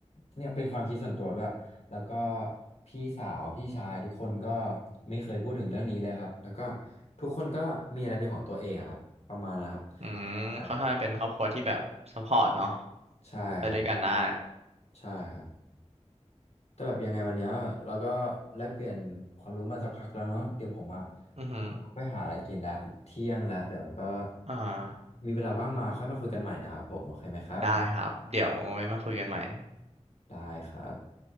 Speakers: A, on the left; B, on the right.
A: เนี่ยเป็นความคิดส่วนตัวด้วยแล้วก็พี่สาวพี่ชายทุกคนก็ไม่เคยพูดถึงเรื่องนี้เลยครับแล้วก็ทุกคนก็มีอะไรเป็นของตัวเองอะครับประมาณนะครับ
B: อืมค่อนข้างเป็นครอบครัวที่แบบซัพพอร์ตเนาะ
A: อ่าใช่ครับ
B: ไปด้วยกันได้
A: ใช่ครับ แต่แบบยังไงวันเนี้ยเราก็แลกเปลี่ยนความรู้มาสักพักแล้วเนาะเดี๋ยวผมอะ
B: อือฮึ
A: ไปหาอะไรกินละเที่ยงละเดี๋ยวก็
B: อ่า
A: มีเวลาว่างมาค่อยมาคุยกันใหม่นะครับผมโอเคไหมครับผม
B: ได้ครับเดี๋ยวไว้มาคุยกันใหม่
A: ได้ครับ